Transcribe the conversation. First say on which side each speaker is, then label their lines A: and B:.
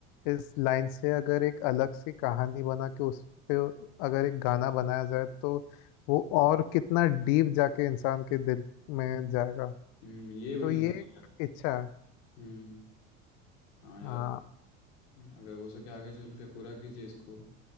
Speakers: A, on the left; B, on the left.
A: इस लाइन से अगर एक अलग सी कहानी बना के उस पे अगर एक गाना बनाया जाए तो वो और कितना डीप जाके इंसान के दिल में जाएगा
B: हम्म, ये बढ़िया
A: तो ये
B: <laughs> सोच
A: एक
B: है यार
A: इच्छा है
B: हम्म हाँ यार
A: हाँ
B: अगर हो सके आगे चल के पूरा कीजिए इसको